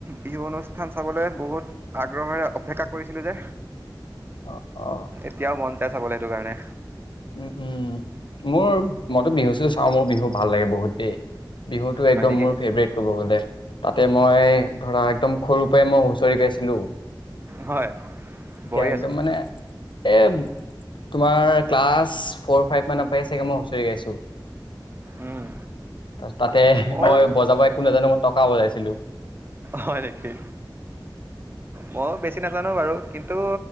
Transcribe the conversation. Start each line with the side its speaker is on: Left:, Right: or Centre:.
Right: বিহু অনুষ্ঠিত থান চাবলৈ বহুত আগ্ৰহেৰে অপেক্ষা কৰিছিলোঁ যে
Left: অ অ
Right: এতিয়াও মন যায় চাবলৈ সেইটো কাৰণে
Left: উ উম মোৰ মইতো বিহু চ চাওঁ মোৰ বিহু ভাল লাগে বহুত দেই বিহুতটো একদম
Right: হয় নেকি
Left: মোৰ ফেভৰেট ক'ব গ'লে তাতে মই ধৰা একদম সৰুৰ পৰাই মই হুঁচৰি গাইছিলো
Right: হয়
Left: এতিয়া
Right: বঢ়িয়াচোন
Left: একদম মানে এ তোমাৰ ক্লাছ ফ'ৰ ফাইভ মানৰ পৰা চাগে মই হুঁচৰি গাইছোঁ
Right: উম,
Left: তাৰছ তাতে
Right: ময়ো
Left: মই বজাব একো নাজানো ম টকা বজাইছিলো।
Right: হয় নেকি মই বেছি নাজানো বাৰু কিন্তু